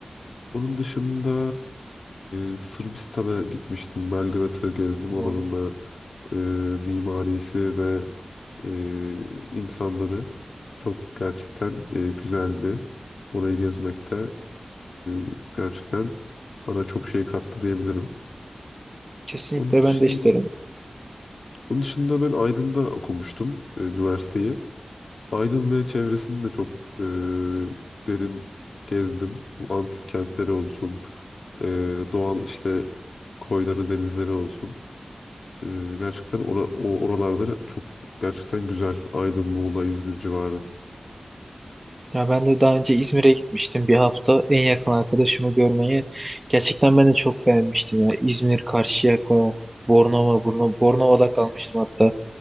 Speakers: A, on the left (about 85°); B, on the right (about 25°).
A: Onun dışında e, Sırbistan'a gitmiştim. Belgrad'ı gezdim.
B: Oo,
A: Oranın da e, mimarisi ve e, insanları. Çok gerçekten e, güzeldi. Orayı gezmek de e, gerçekten bana çok şey kattı diyebilirim.
B: kesinlikle
A: Onun dışında
B: ben de isterim.
A: onun dışında ben Aydın'da okumuştum e, üniversiteyi. Aydın ve çevresini de çok e, derin gezdim. Bu antik kentleri olsun, e, doğal işte koyları, denizleri olsun. E, gerçekten ora- o oralarda çok gerçekten güzel. Aydın, Muğla, İzmir civarı.
B: Ya ben de daha önce İzmir'e gitmiştim bir hafta en yakın arkadaşımı görmeye. Gerçekten ben de çok beğenmiştim ya. İzmir, Karşıyaka, Bornova, Borno- Bornova'da kalmıştım hatta.